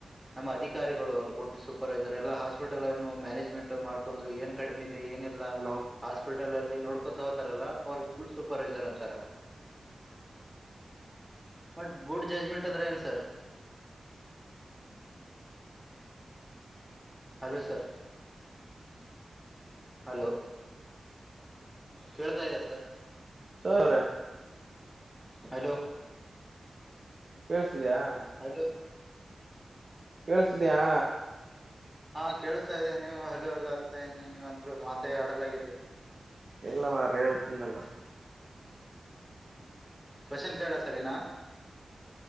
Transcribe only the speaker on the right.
ಹಲೋ
<unintelligible>
ಕೇಳಸತೀದೇಯಾ
ಕೇಳಿಸ್ತಿದೆಯಾ
ಇಲ್ಲ ಮಾರಾಯ ಹೇಳ್ತನಲ್ಲ